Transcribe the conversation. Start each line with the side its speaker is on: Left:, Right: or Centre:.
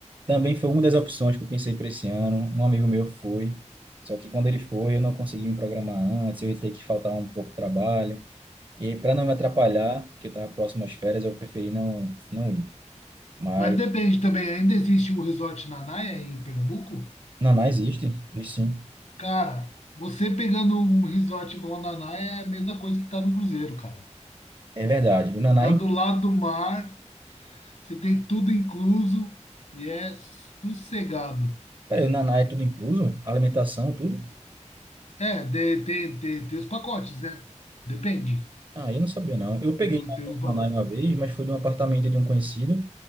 Right: Também foi uma das opções que eu pensei para esse ano. Um amigo meu foi. Só que quando ele foi, eu não consegui me programar antes, eu ia ter que faltar um pouco de trabalho. E para não me atrapalhar, que eu estava próximo às férias, eu preferi não, não ir. Mas
Left: Mas depende também. Ainda existe o Resort Nanaia aí em Pernambuco?
Right: Naná existe, existe sim.
Left: Cara, você pegando um resort igual o Nanaia é a mesma coisa que tá no cruzeiro, cara.
Right: É verdade. O Nanai,
Left: Você tá do lado do mar, você tem tudo incluso e é sossegado.
Right: peraí, o Nanai é tudo incluso? Alimentação, tudo?
Left: É, de- tem, tem, tem os pacotes, né? Depende.
Right: Ah, eu não sabia não. Eu peguei
Left: Tem, o-
Right: o
Left: tem o valor.
Right: Nanai uma vez, mas foi de um apartamento de um conhecido,